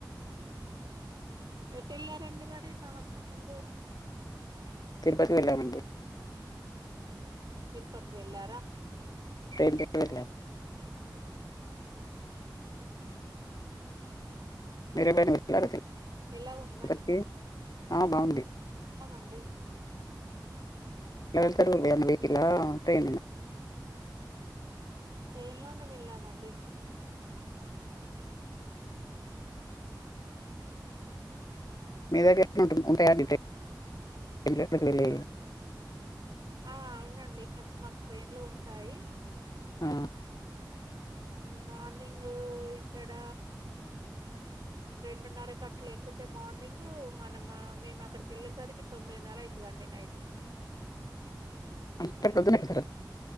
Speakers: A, on the right; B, on the left.
A: ఎటు వెళ్లారండి మరి సంవత్సరం ముందు
B: తిరుపతి వెళ్ళామండి
A: తిరుపతి వెళ్ళారా
B: ట్రైన్ కే వెళ్ళాం
A: ఉ ఉహు
B: మీరే ఎం అయిన వెళ్లారా
A: ఎలా ఉందండి
B: అక్కడి కి ఆ బాగుంది
A: అండే
B: ఎకా వెళ్తారు ఎం అయిన వెకికల్ ఆ లేదా ట్రెన్
A: ట్రైన్ లోనే వెళ్ళామండి
B: మీ దగరే ఉంట్ ఉంటాయా అండి ట్రై <unintelligible>
A: ఆ అవునండి కొంచెం మాకు ట్రైన్లు ఉంటాయి
B: ఆ
A: మార్నింగ్ ఇక్కడ రెండున్నర కట్టల ఎక్కితే మార్నింగు మనము మేము అక్కడికి వెళ్ళేసరికి తొమ్మిదిన్నర అయితదినంది నైట్
B: అంత ప్రొడున ఎకుతర